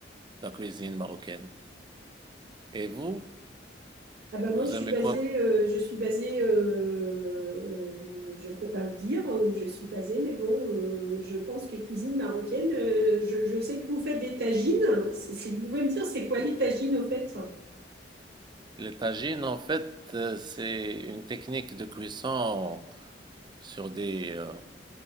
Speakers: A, on the right; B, on the right.
A: la cuisine marocaine. Et vous,
B: Ah ben
A: vous
B: moi, je suis
A: aimez
B: basée,
A: quoi?
B: euh, je suis basée, euh, euh, je ne peux pas le dire où je suis basée, mais bon, euh, je pense que cuisine marocaine, euh, je, je sais que vous faites des tagines. C'est- Si vous pouvez me dire, c'est quoi les tagines au fait?
A: Les tagines, en fait, euh, c'est une technique de cuisson sur des, euh,